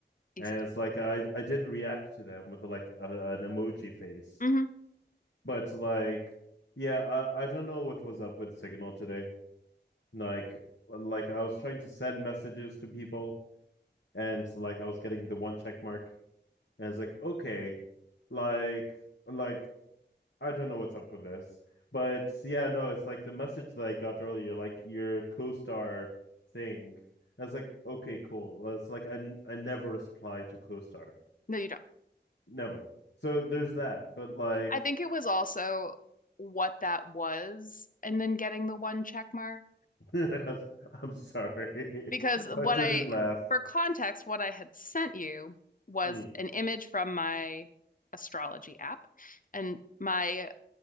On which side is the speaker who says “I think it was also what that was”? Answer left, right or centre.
Left